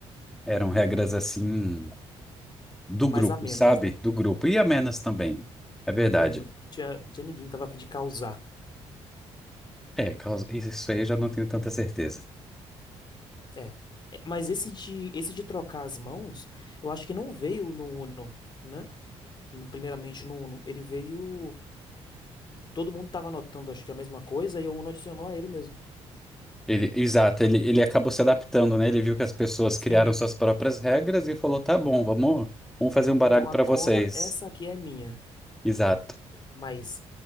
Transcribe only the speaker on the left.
Mas
a menos,
né?
É, não tinha, não tinha ninguém que tava a fim de causar.
É, é. É, Mas esse de, esse de trocar as mãos, eu acho que não veio no Uno, né? No- Primeiramente no Uno. Ele veio. Todo mundo tava anotando, acho que a mesma coisa, e o Uno adicionou a ele mesmo.
Sim.
Então
agora
essa aqui é minha.
Mas